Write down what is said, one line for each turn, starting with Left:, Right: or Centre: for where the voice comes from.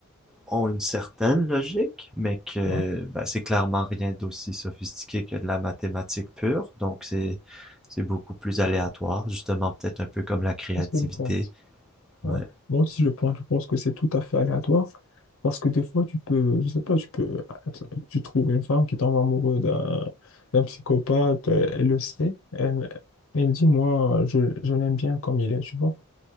Centre: ont une certaine logique, mais que
Left: Ouais,
Centre: ben, c'est clairement rien d'aussi sophistiqué que de la mathématique pure. Donc, c'est c'est beaucoup plus aléatoire, justement, peut-être un peu comme la créativité.
Left: c'est ce que je pense. Ouais.
Centre: Ouais.
Left: Moi aussi, je pense, je pense que c'est tout à fait aléatoire. Parce que des fois, tu peux, je sais pas, tu peux, tu trouves une femme qui tombe amoureuse d'un d'un psychopathe, euh, elle le sait, elle, elle dit, moi, je, je l'aime bien comme il est, tu vois.